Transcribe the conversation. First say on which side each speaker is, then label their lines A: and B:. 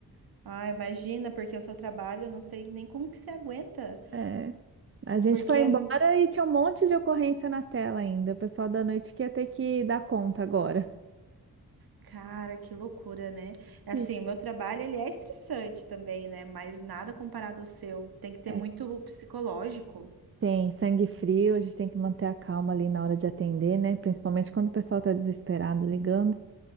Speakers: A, on the right; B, on the right.
A: ai, imagina, porque o seu trabalho, eu não sei nem como que você aguenta,
B: É, a gente
A: porque
B: foi embora
A: é,
B: e tinha um monte de ocorrência na tela ainda. O pessoal da noite que ia ter que dar conta agora.
A: cara, que loucura, né? É
B: Sim.
A: Assim, o meu trabalho, ele é estressante também, né? Mas nada comparado ao seu. Tem que ter
B: É,
A: muito psicológico.
B: tem sangue frio, a gente tem que manter a calma ali na hora de atender, né? Principalmente quando o pessoal tá desesperado ligando.